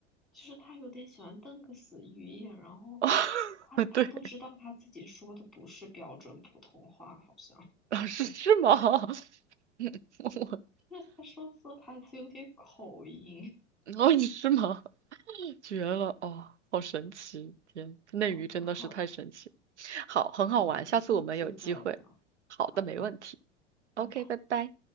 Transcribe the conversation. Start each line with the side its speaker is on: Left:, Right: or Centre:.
Centre: 就是他有点喜欢瞪个死鱼眼，然后
Right: 哦对，
Centre: 他他不知道他自己说的不是标准普通话，好像。
Right: 老师是吗？<laughs> 嗯我。
Centre: 因为他说说台词有点口音。
Right: 哦，你是吗？<laughs> 绝了！哦，好神奇！天，内娱真的是太神奇。
Centre: 好的，好的，
Right: 好，很好玩，
Centre: 那我们就下次再聊。
Right: 下次我们有机会。好的，
Centre: 好的，
Right: 没问题。
Centre: 拜拜。
Right: OK，拜拜。